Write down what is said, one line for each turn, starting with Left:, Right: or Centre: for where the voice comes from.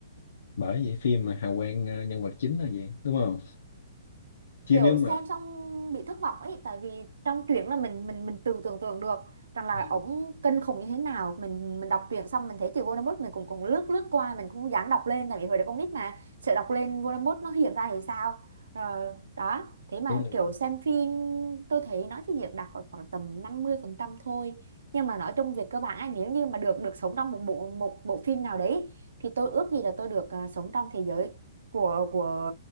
Left: bởi vậy phim mà hào quang ờ, nhân vật chính là vậy đúng không chứ
Right: kiểu
Left: nếu mà
Right: xem xong bị thất vọng ấy tại vì trong truyện là mình mình mình tự tưởng tượng được rằng là
Left: ừ,
Right: ổng kinh khủng như thế nào mình mình đọc truyện xong mình thấy chữ Voldemort mình cũng cũng lướt lướt qua mình không dám đọc lên tại vì hồi đó con nít mà sợ đọc lên Voldemort nó hiện ra thì sao rồi đó thế mà
Left: đúng rồi
Right: kiểu xem phim tôi thấy nói thì diễn đạt khoảng khoảng tầm 50 phần trăm thôi nhưng mà nói chung về cơ bản á, nếu như mà được được sống trong một bộ một bộ phim nào đấy thì tôi ước gì là tôi được à, sống trong thế giới của của